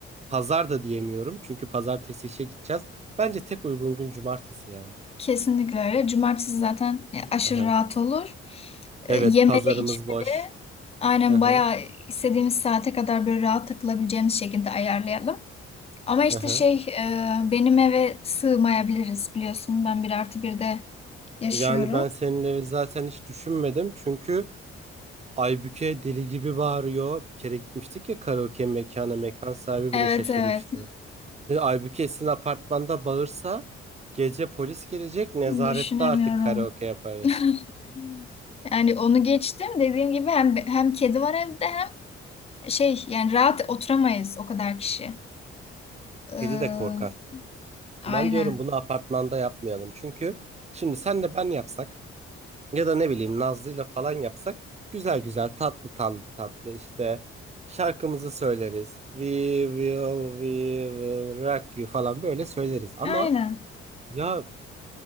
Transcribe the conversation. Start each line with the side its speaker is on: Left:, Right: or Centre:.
Right: pazar da diyemiyorum. Çünkü pazartesi işe gideceğiz. Bence tek uygun gün cumartesi ya.
Left: Kesinlikle öyle. Cumartesi zaten aşırı
Right: Aha.
Left: rahat olur. Ee,
Right: Evet
Left: yemeli
Right: pazarımız
Left: içme.
Right: boş.
Left: Aynen
Right: Aha.
Left: bayağı istediğimiz saate kadar böyle rahat takılabileceğimiz şekilde ayarlayalım. Ama işte
Right: Aha.
Left: şey e, benim eve sığmayabiliriz biliyorsun. Ben bir artı bir de yaşıyorum.
Right: Yani ben seninle zaten hiç düşünmedim. Çünkü Aybüke deli gibi bağırıyor. Bir kere gitmiştik ya karaoke mekana. Mekan sahibi
Left: Evet
Right: bile şaşırmıştı.
Left: evet.
Right: Şimdi Aybüke sizin apartmanda bağırsa gece polis gelecek nezarette
Left: Düşünemiyorum.
Right: artık karaoke yaparız.
Left: <laughs> Yani onu geçtim. Dediğim gibi hem hem kedi var evde hem şey yani rahat oturamayız o kadar kişi. Ee,
Right: Kedi de korkar.
Left: aynen.
Right: Ben diyorum bunu apartmanda yapmayalım. Çünkü şimdi senle ben yapsak ya da ne bileyim Nazlı'yla falan yapsak güzel güzel tatlı tatlı tatlı işte şarkımızı söyleriz. We will we will rock you falan böyle söyleriz ama
Left: Aynen.
Right: ya